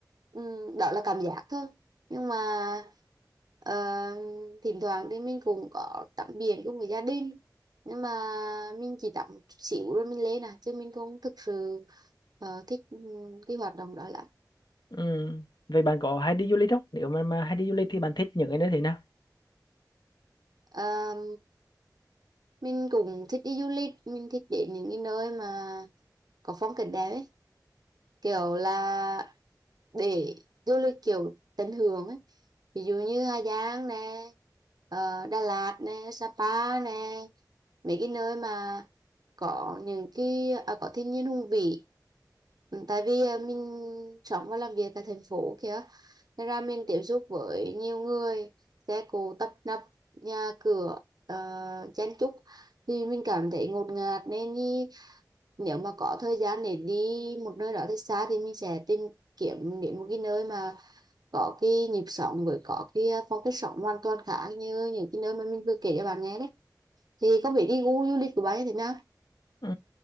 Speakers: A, on the right; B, on the left.
A: Ừm, đó là cảm giác thôi nhưng mà ờ, thỉnh thoảng thì mình cũng có tắm biển cùng với gia đình nhưng mà mình chỉ tắm chút xíu rồi mình lên à chứ mình không thực sự ờ, thích ừm, cái hoạt động đó lắm
B: ừ. vậy bạn có hay đi du lịch không nếu mà mà hay đi du lịch thì bạn thích những cái nơi thế nào
A: Ờ, mình cũng thích đi du lịch mình thích đến những cái nơi mà có phong cảnh đẹp ấy kiểu là để du lịch kiểu tận hưởng ấy ví dụ như Hà Giang nè ờ, Đà Lạt nè Sapa nè mấy cái nơi mà có những cái à, có thiên nhiên hùng vĩ Ừ, tại vì à, mình sống và làm việc tại thành phố kia nên ra mình tiếp xúc với nhiều người xe cộ tấp nập nhà cửa uh, chen chúc thì mình cảm thấy ngột ngạt nên đi nếu mà có thời gian để đi một nơi đó thật xa thì mình sẽ tìm kiếm đến một cái nơi mà có cái nhịp sống với có cái à, phong cách sống hoàn toàn khác như những cái nơi mà mình vừa kể cho bạn nghe đấy thì không biết đi gu du lịch của bạn như thế nào
B: ừ.